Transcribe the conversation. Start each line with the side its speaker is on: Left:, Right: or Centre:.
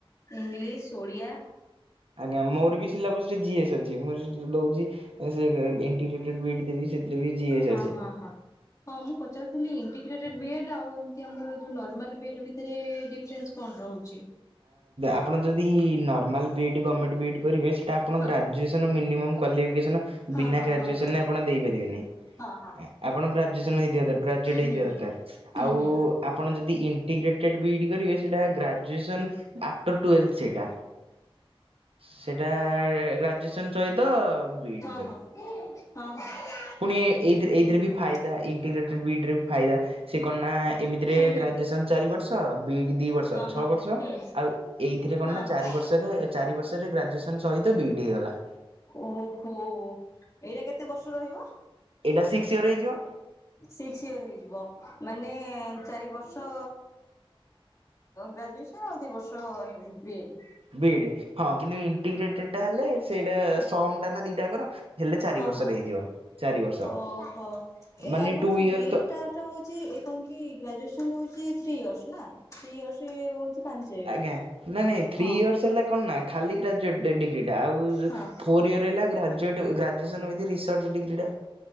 Left: ଇଂଲିଶ ଓଡ଼ିଆ।
Right: ଆଜ୍ଞା ମୋର ବି ସିଲାବସ ଜିଏସ୍ ଅଛି ମୁଁ ଦଉଛି ଏଣ୍ଟିଗେଟଡ ବି ଇ ଡି ଦେବି। ସେଥିରେ ବି ଜିଏସ୍
Left: ହଁ
Right: ଅଛି।
Left: ହଁ ହଁ। ହଁ ମୁଁ ପଚାରୁଥିଲି ଇଣ୍ଟିଗ୍ରେଟେ ବି ଏ ଡ ଆଉ ଏମିତି ଆମର ନରମାଲ ବି ଏ ଡ ଭିତରେ ଡିଫରେନ୍ସ କଣ ରହୁଛି?
Right: ଆପଣ ଯଦି ନର୍ମାଲ ବିଇଡି ଗମେଣ୍ଟ ବିଇଡି କରିବେ ସେଟା ଆପଣ
Left: ହଁ
Right: ଗ୍ରାଜୁଏସନ୍ ମିନିମମ କ୍ୱାଲିଫିକେସନ
Left: ହଁ
Right: ବିନା
Left: ହଁ
Right: ଗ୍ରାଜୁଏସନରେ
Left: ହଁ ହଁ
Right: ଆପଣ ଦେଇ ପାରିବେନି?
Left: ହଁ ହଁ
Right: ଆପଣ ଗ୍ରାଜୁଏସନ ହେଇଥିବା ଗ୍ରାଜୁଏଟ ହେଇଥିବା
Left: ହୁଁ
Right: ଦରକାର
Left: ହୁଁ
Right: ଆଉ
Left: ହୁଁ
Right: ଆପଣ ଯଦି ଇଣ୍ଟିଗ୍ରେଟ ବିଇଡି କରିବେ ଗ୍ରାଜୁଏସନ ଆଫ୍ଟର ଟ୍ୟୁଏଲଥ ସେଟା ସେଟା ଗ୍ରାଜୁଏସନ ସହିତ ବିଇଡି।
Left: ହଁ ହଁ ହଁ।
Right: ପୁଣି ଏ ଏଇଥିରେ ବି
Left: ହୁଁ
Right: ଫାଇଦା ଇଣ୍ଟିଗ୍ରେଟେଡ ବିଇଡରେ ବି ଫାଇଦା ସି କଣ ନା ଏମିତିରେ
Left: ହୁଁ।
Right: ଗ୍ରାଜୁଏସନ୍ ଚାରି ବର୍ଷ ବିଇଡ଼ି ଦିଇ ବର୍ଷ।
Left: ହଁ ହଁ
Right: ଛଅ ବର୍ଷ
Left: ହୁଁ।
Right: ଆଉ ଏଇଥିରେ
Left: ହଁ।
Right: କଣ ନା ଚାରି ବର୍ଷରେ ଚାରି ବର୍ଷରେ ଗ୍ରାଜୁଏସନ ସହିତ ବିଇଡି ହେଇଗଲା।
Left: ଓହୋ ଏଇଟା କେତେ ବର୍ଷ ରହିବ?
Right: ଏଇଟା ସିକ୍ସ ଇଅର ହେଇଯିବ।
Left: ସିକ୍ସ ଇଅର ହେଇଯିବ ମାନେ ଚାରି ବର୍ଷ ଗ୍ରାଜୁଏସନ୍ ଆଉ ଦୁଇ ବର୍ଷ ବିଏଡ଼୍
Right: ବି ଇ ଡି ହଁ କିନ୍ତୁ ଇଣ୍ଟିଗ୍ରେଟଡ଼ ହେଲେ ସେଇଟା ସମ ଟା ନା ଦିଟା କର ହେଲେ ଚାରି
Left: ହଁ
Right: ବର୍ଷ
Left: ହଁ
Right: ହେଇଯିବ ଚାରି ବର୍ଷ।
Left: ଓହୋ। ଏ
Right: ମାନେ
Left: ଆମର
Right: ଟୁ ଇଅର
Left: ବି ଏଡ୍
Right: ତ
Left: ଟା ହଉଛି କଣ କି ଗ୍ରଜୁଏସ ହଉଛି ଥ୍ରୀ ଇୟର୍ସ ନା ଥ୍ରି ଇୟର୍ସ ଏ ହଉଛି ପାଞ୍ଚ
Right: ଆଜ୍ଞା ନାଇଁ ନାଇଁ ଥ୍ରୀ
Left: ହଁ
Right: ଇୟର୍ସ ହେଲା କଣ ନା ଖାଲି ଗ୍ରାଜୁଏଟ ଡିଗ୍ରୀ ଟା ଆଉ
Left: ହଁ
Right: ଫୋର୍ ଇୟର ହେଲା ଗ୍ରାଜୁଏଟ୍ ଗ୍ରଜୁଏସନ୍ ୱିଥ ରିସର୍ଚ ଡିଗ୍ରୀଟା